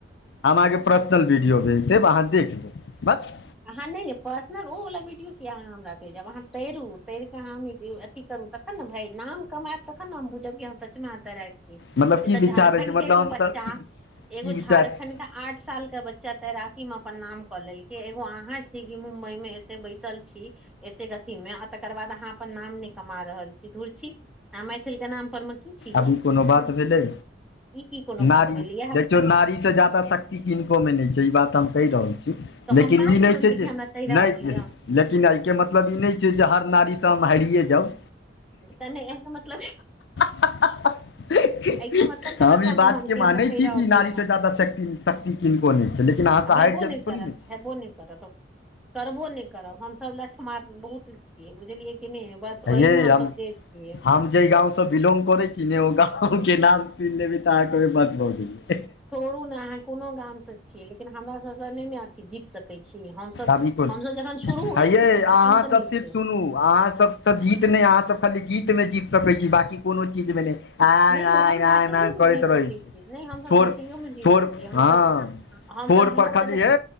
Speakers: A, on the left; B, in the centre.
A: हम अहाँके पर्सनल वीडियो भेज देब अहाँ देख लेब बस
B: अहाँ नय नय पर्सनल ओ वला वीडियो क अहाँ हमरा भेजब अहाँ तैरू तैरकेऽ हमी जे अथी करू तखन ने भाय नाम कमायत त खन न हम बुझब कि अहाँ सच तैयराक छी
A: मतलब
B: ए
A: की
B: तऽ
A: विचार
B: झारखण्ड
A: अछि मतलब
B: के एगो
A: हमसभ
B: बच्चा
A: की की
B: एगो
A: विचार
B: झारखण्ड आठ साल के बच्चा तैराकी मे अपन नाम कऽ लेलकै ए अहाँ छी कि मुम्बई में एते बैसल छी एतेक अथी मे आ तकर बाद अहाँ अपन नाम नैय कमा रहल छी धूुर छी आहा मैथिल के नाम पर मे। की छी यौ
A: आब उ कोनो
B: तहन
A: बात भेलै।
B: ई की कोनो बात
A: नारी
B: भेलेई
A: देखियौ नारीसँ ज्यादा शक्ति किनकोमे नहि छै ई बात हम कहि रहल छी
B: तऽ
A: लेकिन।
B: हम कहाँ
A: ई
B: कहि
A: नैय
B: रहल
A: छैय
B: छी कि
A: जैय
B: हमरा तैरऽ
A: नै
B: अबैया
A: <inaudible> लेकिन एहिके मतलब ई नहि छैय जैय हर नारीसँ हम हैरिए जाउ।
B: <inaudible> एस मतलब <inaudible>
A: <unintelligible>
B: एहिके मतलब कहाँ
A: हम
B: कहलहुँ
A: ई बातके
B: कि हमरा
A: मानै
B: तैरऽ
A: छी कि
B: अबैया
A: नारीसँ जादा शक्ति शक्ति। किनको नहि छै लेकिन अहाँसँ
B: आ हेबो
A: हारि जब
B: नहि
A: थोड़े
B: करत
A: नैय छैय।
B: हेबो नहि करत करबो नैच करब हमसभ लठ मार बहुत छियै बुझलियै कि नहि बस ओहिमे
A: हे यै
B: हमसभ।
A: हम
B: <unintelligible>
A: हम जेहि गाँव से बिलौंग करै छिई ने ओ गाँव के नाम सुनि लेबै तऽ अहाँ कहबै बस भऽ गेलै।
B: छोरू ने अहाँ कोनो गाम से छीयै लेकिन हमरा सबस नहि ने अथी जीत सकै। कहै छी हमसभ-
A: आब ई कोन
B: हमलोगजखन शुरू
A: हयै
B: होइ छियै तकर
A: अहाँ
B: अन्त
A: सब
B: नैय
A: सिर्फ
B: छैया।
A: सुनू अहाँ सब। त जीत नैय अहाँ सब खाली गीत मे जीत सकै छी बाँकी कोनो चीज मे नैय। आंय-आंय-आंय
B: नहि यौ हम नाचैयो मे
A: करैत
B: जीत
A: रहै
B: सकै
A: छैय
B: छी नहि हमसभ
A: छोर
B: नाचैयो मे जीते
A: छोर
B: छियै
A: हँ।
B: हमसभ हमसभ
A: ठोर पर
B: लोकके
A: खाली
B: जे
A: हे